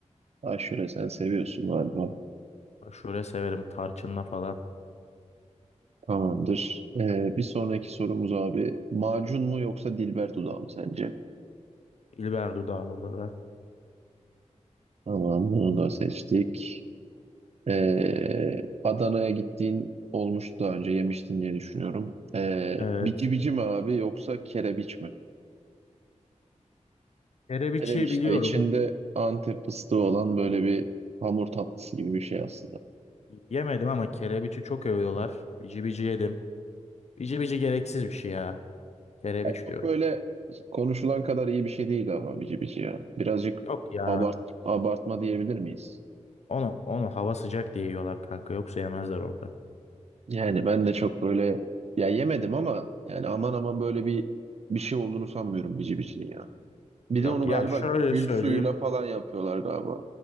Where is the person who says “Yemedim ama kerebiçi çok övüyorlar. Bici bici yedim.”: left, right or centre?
Left